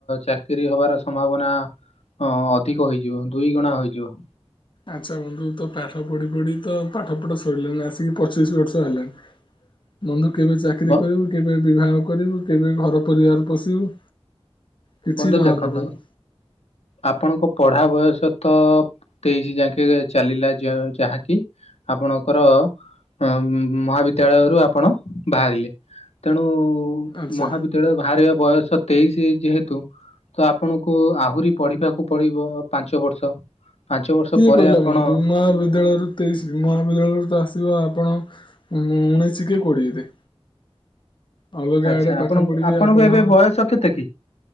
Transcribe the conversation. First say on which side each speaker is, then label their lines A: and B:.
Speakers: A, on the left; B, on the left.
A: ଚାକିରୀ ହବାର ସମ୍ଭାବନା ହଁ ଅଧିକ ହୋଇଯିବ, ଦୁଇ ଗୁଣା ହୋଇଯିବ।
B: ଆଚ୍ଛା ବନ୍ଧୁ ତ ପାଠ ପଢି ପଢି ତ ପାଠ ପଢ଼ା ସରିଲାଣିି, ଆସିକି ପଚିଶି ବର୍ଷ ହେଲାଣି ବନ୍ଧୁ କେବେ ଚାକିରୀ
A: ବ
B: କରିବୁ, କେବେ ବିବାହ କରିବୁ, କେବେ ଘର ପରିବାର ପୋଷିବୁ କିଛି
A: ବନ୍ଧୁ
B: ଜଣା
A: ଦେଖନ୍ତୁ,
B: ପଡୁନି।
A: ଆପଣଙ୍କ ପଢା ବୟସ ତ ତେଇଶି ଯାକେଁ ଚାଲିଲା ଯ ଯାହାକି ଆପଣଙ୍କର ଅ ଉମ୍ ମହାବିଦ୍ୟାଳୟରୁ ଆପଣ ବାହାରିଲେ ତେଣୁ
B: ଆଚ୍ଛା
A: ମହାବିଦ୍ୟାଳୟ ବାହାରିବା ବୟସ ତେଇଶି ଯେହେତୁ ତ ଆପଣଙ୍କୁ ଆହୁରି ପଢିବାକୁ ପଡିବ ପାଞ୍ଚ ବର୍ଷ। ପାଞ୍ଚ ବର୍ଷ
B: କିଏ
A: ପରେ
B: କହିଲା
A: ଆପଣ
B: ବନ୍ଧୁ ମହାବିଦ୍ୟାଳୟରୁ ତେଇଶି, ମହାବିଦ୍ୟାଳୟରୁ ତ ଆସିବ ଆପଣ ଉଁ ଉଣେଇଶି କି କୋଡ଼ିଏରେ। ଅଲଗା
A: ଆଚ୍ଛା
B: ଆଡେ ପାଠ
A: ଆପଣ
B: ପଢିବେ
A: ଆପଣଙ୍କୁ
B: ଆପଣ
A: ଏବେ ବୟସ କେତେ କି?